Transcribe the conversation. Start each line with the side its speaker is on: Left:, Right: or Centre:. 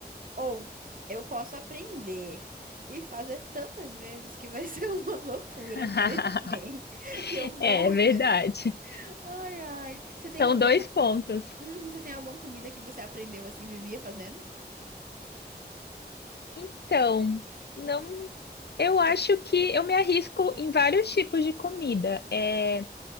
Right: ou eu posso aprender e fazer tantas vezes que vai <laughs> ser uma loucura
Left: <laughs>
Right: viver sem. E eu morro
Left: É verdade.
Right: de medo. Ai, ai. Você tem
Left: São
Right: uma.
Left: dois pontos.
Right: Hum, você tem alguma comida que você aprendeu assim, vivia fazendo?
Left: Então, não, eu acho que eu me arrisco em vários tipos de comida. É,